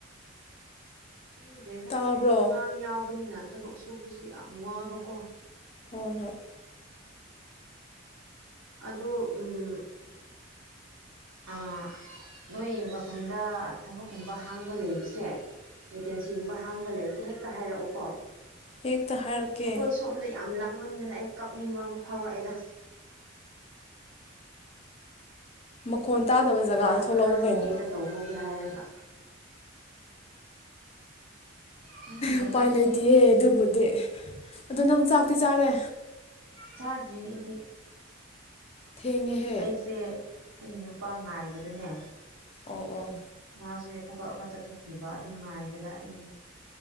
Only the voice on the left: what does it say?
ꯇꯥꯕ꯭ꯔꯣ
ꯍꯣꯏ ꯍꯣꯏ
ꯍꯦꯛꯇ ꯍꯥꯏꯔꯛꯀꯦ
ꯃꯈꯣꯟ ꯇꯥꯗꯕ ꯖꯒꯥꯗ
ꯊꯣꯛꯂꯛꯎ
ꯀꯩꯅꯣ꯫
ꯎꯄꯥꯏ
ꯂꯩꯇꯦꯌꯦ ꯑꯗꯨꯕꯨꯗꯤ, ꯑꯗꯣ ꯅꯪ ꯆꯥꯛꯇꯤ ꯆꯥꯔꯦ?
ꯊꯦꯡꯉꯦꯍꯦ
ꯑꯣ ꯑꯣ